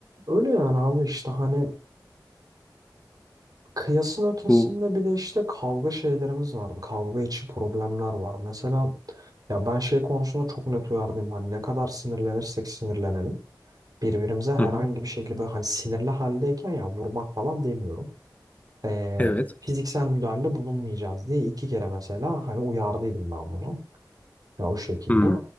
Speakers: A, on the right; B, on the left.
A: Öyle yani abi işte hani kıyasın ötesinde
B: Bu
A: bir de işte kavga şeylerimiz vardı. Kavga içi problemler var. Mesela ya ben şey konusunda çok net uyardım. Hani ne kadar sinirlenirsek sinirlenelim. Birbirimize herhangi
B: hı hı.
A: bir şekilde böyle hani sinirli haldeyken ya vurmak falan demiyorum. Ee,
B: Evet.
A: fiziksel müdahalede bulunmayacağız diye iki kere mesela hani uyardıydım ben bunu. Ya o şekilde.
B: Hmm.